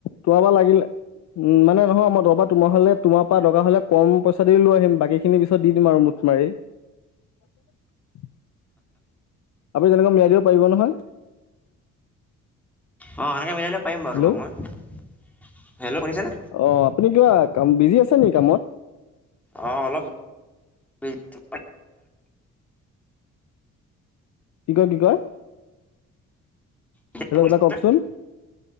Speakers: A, on the left; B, in the centre.
A: তোমাৰ পা লাগিল উ মানে। নহয় মই দবা তোমাৰ হলে তোমাৰ পৰা দৰকা হলে কম পইচা দি লৈ আহিম বাকী খিনি পিছত দি দিম আৰু মুঠ মাৰি। <unintelligible> আপুনি তেনেকা মিয়াই দিব পাৰিব নহয়।
B: অ সেনেকে মিলাই দিব পাৰিম বাৰু
A: হেল্ল'।
B: তোমাক মই। হেল্ল' শুনিছেনে
A: অ আপুনি কিবা কাম বিজি আছে নেকি কামত?
B: অঁ অলপ বিজি।
A: কি কয় কি কয়।
B: এতিয়া
A: হেল্ল'
B: শুনিছেনে
A: দাদা কওকচোন